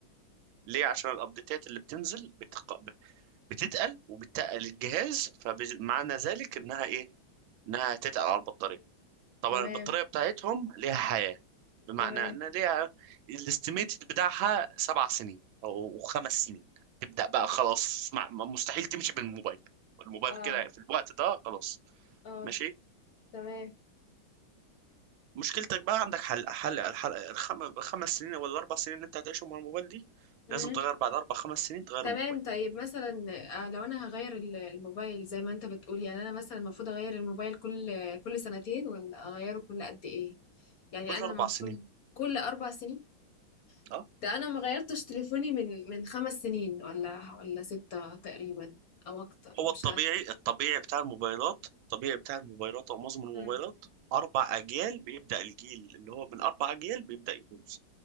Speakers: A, on the right (about 75°); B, on the left (about 55°).
A: ليه عشان الابديتات اللي بتنزل بتق... بتتقل وبتتقل الجهاز فمعنى ذلك انها ايه انها هتتقل على البطاريه طبعا
B: تمام
A: البطاريه بتاعتهم ليها حياه بمعنى
B: تمام
A: ان ليها الاستيميتد بتاعها سبع سنين او خمس سنين تبدا بقى خلاص مع- مستحيل تمشي بالموبايل الموبايل
B: اه
A: كده في الوقت ده خلاص
B: اه
A: ماشي
B: تمام
A: مشكلتك بقى عندك حل حل الحل الخم... الخمس سنين ولا الاربع سنين اللي انت هتعيشهم مع الموبايل دي
B: مهم.
A: لازم تغير بعد اربع خمس سنين تغير
B: تمام
A: الموبايل
B: طيب مثلا آه، لو انا هغير ال- الموبايل زي ما انت بتقول يعني انا مثلا المفروض اغير الموبايل كل كل سنتين ولا اغيره كل قد ايه يعني
A: كل
B: انا
A: اربع
B: المفروض
A: سنين
B: كل اربع سنين
A: اه
B: ده انا ما غيرتش تليفوني من من خمس سنين ولا ولا ستة تقريبا او اكتر
A: هو
B: مش
A: الطبيعي
B: عارف
A: الطبيعي بتاع الموبايلات الطبيعي بتاع الموبايلات او معظم الموبايلات
B: مم.
A: اربع اجيال بيبدا الجيل اللي هو من اربع اجيال بيبدا يبوظ